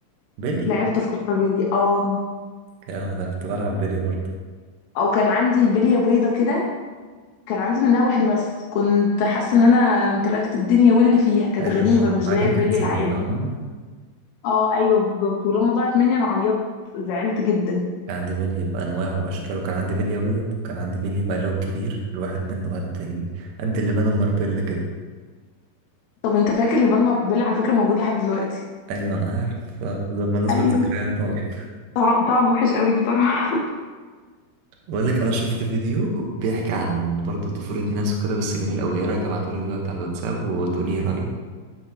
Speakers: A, on the right (about 80°); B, on the left (about 80°).
A: بيلي
B: لعبت فتره بيلي اه
A: كلام أنا كنت بلعب بيلي برضه
B: او كان عندي بليه بيضه كده كان عندي منها واحدة بس كنت حاسة ان انا امتلكت الدنيا واللي فيها كانت
A: ايوه
B: غريبة
A: انت
B: مش
A: معاك
B: زي البلي
A: كنز
B: <laughs> العادي
A: بقى فاهم
B: اه ايوه بالظبط ولما ضاعت مني انا عيطت زعلت جدا
A: كان عندي بلي بأنواعه وأشكاله كان عندي بلي أبيض وكان عندي بلي بقى اللي هو الكبير الواحد منه قد ال... قد اللي بان مربلة كده
B: طب انت فاكر لبان مربلة على فكرة موجود لحد دلوقتي
A: أيوة أنا عارف آه، ده بمناسبة
B: ايوه
A: ذكريات نار
B: طعم طعم وحش قوي بصراحة
A: بقول لك أنا شفت فيديو بيحكي عن برضه طفولة ناس وكده بس جميل أوي إيه رأيك أبعتهولك دلوقتي على الواتساب وتقولي إيه رأيك